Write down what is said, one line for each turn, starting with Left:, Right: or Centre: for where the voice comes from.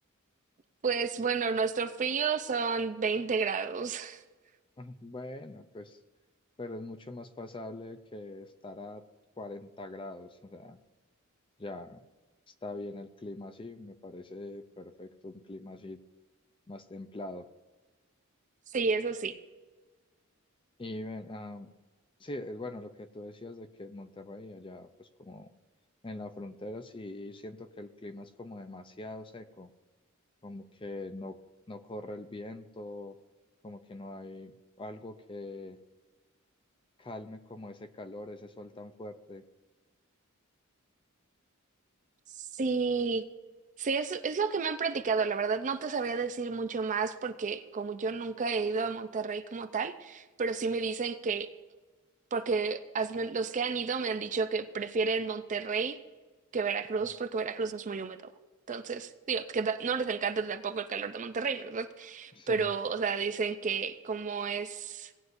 Right: Pues bueno, nuestro frío son 20 grados. <laughs>
Left: <laughs> Bueno, pues, pero es mucho más pasable que estar a 40 grados, o sea, ya está bien el clima así, me parece perfecto un clima así más templado.
Right: Sí, eso sí.
Left: Y ven, ah, sí, eh, bueno, lo que tú decías de que en Monterrey, allá pues como en la frontera, sí siento que el clima es como demasiado seco. como que no, no corre el viento, como que no hay algo que calme como ese calor, ese sol tan fuerte.
Right: Sí, sí, es, es lo que me han platicado. La verdad, no te sabría decir mucho más porque como yo nunca he ido a Monterrey como tal, pero sí me dicen que porque has- los que han ido me han dicho que prefieren Monterrey que Veracruz,
Left: Ujú.
Right: porque Veracruz es muy húmedo. Entonces, digo, que ta- no les encanta tampoco el calor de Monterrey, ¿verdad?
Left: Sí,
Right: Pero, o sea, dicen que como es,